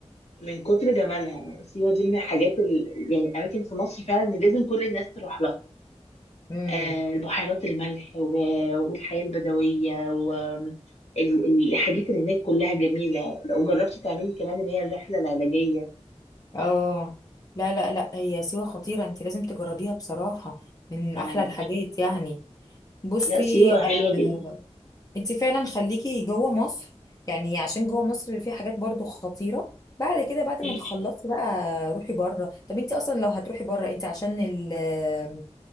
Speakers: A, on the left; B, on the left.
A: من كتر جمالها سيوة دي من الحاجات ال... يعني أماكن في مصر فعلا اللي لازم كل الناس تروح لها
B: امم
A: آه البحيرات الملح و... والحياة البدوية والحاجات اللي هناك كلها جميلة لو جربتي تعملي كمان اللي هي الرحلة العلاجية
B: اه لا لا لا هي سيوة خطيرة انت لازم تجربيها بصراحة من
A: اه
B: احلى الحاجات يعني بصي
A: لا سيوة
B: آه،
A: حلوة جدا
B: انت فعلا خليكي جوه مصر يعني عشان جوه مصر في حاجات برضو خطيرة بعد كده بعد
A: مم.
B: ما تخلصي بقى روحي بره طب انت اصلا لو هتروحي بره انت عشان ال- آمم،